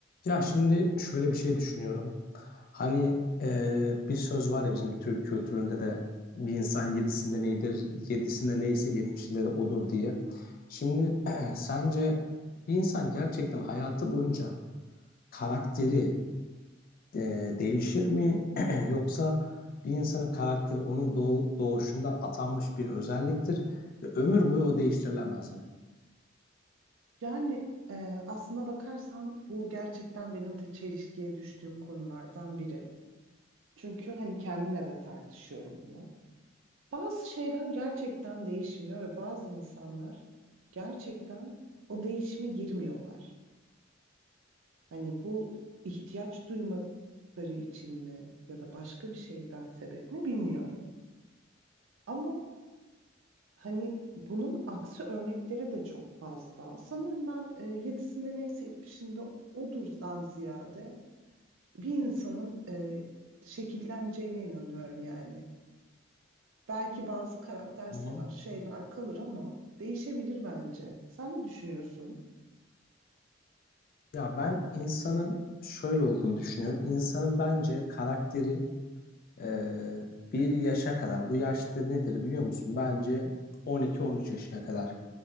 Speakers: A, on the left (about 45°); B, on the right (about 80°).
A: Ya şimdi şöyle bir şey düşünüyorum. Hani e, bir söz var ya bizim Türk kültüründe de bir insan yedisinde neydir, yedisinde neyse yetmişinde de odur diye. Şimdi <clears throat> sence bir insan gerçekten hayatı boyunca karakteri e, değişir mi? <clears throat> Yoksa bir insanın karakteri onun doğu- doğuşundan atanmış bir özelliktir ve ömür boyu o değiştirilemez mi?
B: Yani e, aslına bakarsan bu gerçekten benim de çelişkiye düştüğüm konulardan biri. Çünkü hani kendimle de tartışıyorum bunu. Bazı şeyler gerçekten değişmiyor ve bazı insanlar gerçekten o değişime girmiyorlar. Hani bu ihtiyaç duymaları için mi ya da başka bir şeyden sebep mi bilmiyorum. Ama hani bunun aksi örnekleri de çok fazla. Sanırım ben e, yedisinde neyse etmişinde odurdan ziyade bir insanın e, şekilleneceğine inanıyorum yani. Belki bazı karakter
A: Hı
B: se-
A: hı.
B: şeyler kalır ama değişebilir bence. Sen ne düşünüyorsun?
A: Ya ben insanın şöyle olduğunu düşünüyorum. İnsanın bence karakteri Ee, bir yaşa kadar. Bu yaşta nedir biliyor musun? Bence 12-13 yaşına kadar.